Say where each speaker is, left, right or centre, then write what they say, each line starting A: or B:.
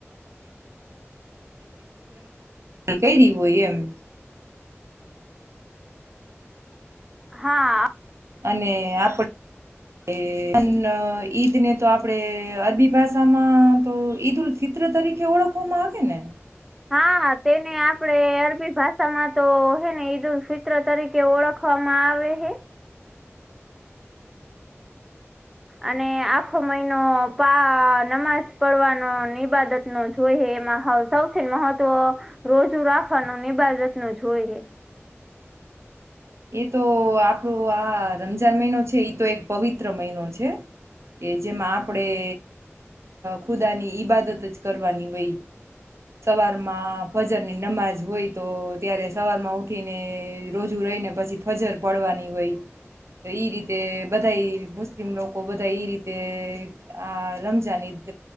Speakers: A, on the right; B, in the centre.
A: ક દ હોય એમ <unintelligible>
B: હાં,
A: અને આપડે, <unintelligible> ઈદ ને તો આપડે અરબી ભાષામાં તો ઈદઉલ ફિત્ર તરીકે ઓળખવામાં આવે ને?
B: હા તેને આપડે અરબી ભાષામાં તો હે ને ઈદ ફિત્ર તરીકે ઓળખવામાં આવે હે. અને આખો મહિનો પા નમાજ પડવાનો ઈબાદત નો જોઈએ એમાં સૌથી મહત્વ રોજુ રાખવાનું ઈબાદત નું જોઈ
A: એ તો આપણો આ રમજાન મહિનો છે એ તો એક પવિત્ર મહિનો છે, કે જેમાં આપણેે ખુદાની ઈબાદત જ કરવાની હોય, સવારમાં ફજર ની નમાજ હોય, તો ત્યારે સવારમાં ઉઠીને રોજુ રહીને પછી ફજર પડવાની હોય તો, ઇ રીતે બધા મુસ્લિમ લોકો બધા ઇ રીતે, આ રમજાન ઈદ